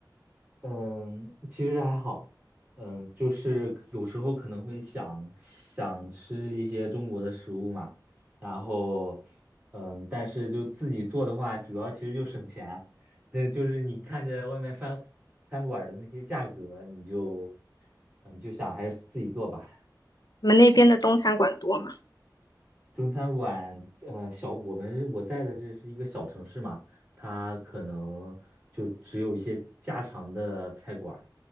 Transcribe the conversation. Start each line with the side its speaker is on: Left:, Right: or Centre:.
Right: 嗯，其实还好，嗯，就是有时候可能会想想吃一些中国的食物嘛，然后，嗯，但是就自己做的话，主要其实就省钱，对，就是你看着外面饭餐馆儿的那些价格，你就，嗯，你就想还是自己做吧。
Left: 你们那边的中餐馆多吗？
Right: 中餐馆，呃，小我们我在的这是一个小城市嘛，它可能就只有一些家常的菜馆儿